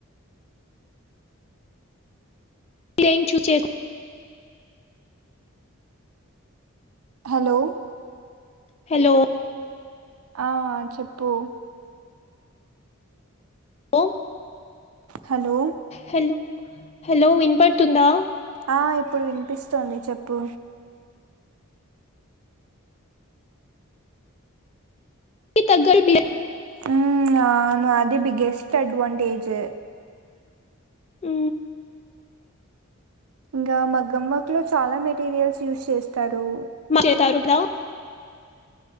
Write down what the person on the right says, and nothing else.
హలో
ఆ చెప్పు
హలో
ఆ ఇప్పుడు వినిపిస్తోంది చెప్పు
ఉమ్ అవును అది బిగ్గెస్ట్ అడ్వాంటేజ్
ఇంకా మగ్గం వర్క్లో చాలా మెటీరియల్స్ యూజ్ చేస్తారు